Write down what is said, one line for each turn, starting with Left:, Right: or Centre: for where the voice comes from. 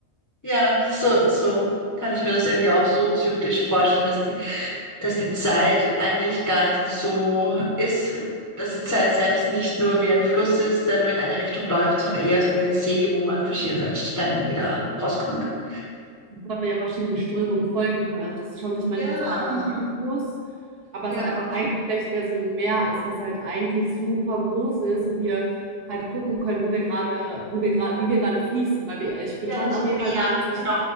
Left: ja, so, so kann ich mir das irgendwie auch so zyklisch vorstellen, dass die, dass die Zeit eigentlich gar nicht so ist, dass die Zeit selbst nicht nur wie ein Fluss ist, der nur in eine Richtung läuft, sondern eher so wie ein See, wo man an verschiedenen Stellen wieder rauskommen kann.
Right: weil man ja verschiedenen Strömungen folgen kann. Also dass es schon sich manchmal
Left: Ja,
Right: so anfühlt wie ein Fluss, aber
Left: ja,
Right: es hat einfach eigentlich vielleicht mehr so ein Meer ist, was halt eigentlich super groß ist und wir halt gucken können, wo wir gerade, wo wir gerade, wie wir gerade fließen. Weil wir, ich würde
Left: ja,
Right: schon
Left: so
Right: auf
Left: mehr,
Right: jeden Fall sagen, dass ich,
Left: genau.